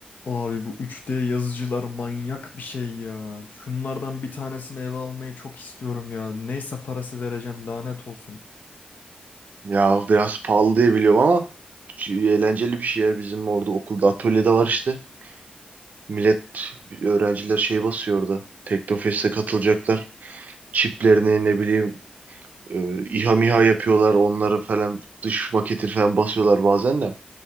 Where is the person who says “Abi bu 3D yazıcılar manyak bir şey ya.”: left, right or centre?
Left